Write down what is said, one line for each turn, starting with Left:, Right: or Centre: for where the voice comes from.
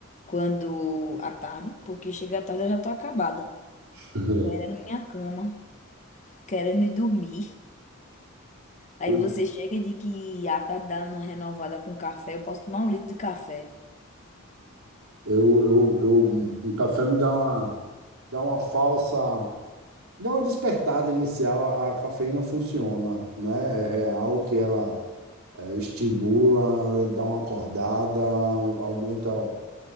Left: quando à tarde, porque chega à tarde eu já tô acabada,
Right: <laughs>
Left: querendo minha cama, querendo ir dormir. Aí
Right: Ui,
Left: você chega e diz que à tarde dá uma renovada com café, eu posso tomar um litro de café.
Right: Eu, eu, eu, o café me dá uma, dá uma falsa, dá uma despertada inicial. A cafeína funciona, né? É real que ela É, estimula, dá uma acordada, aumenta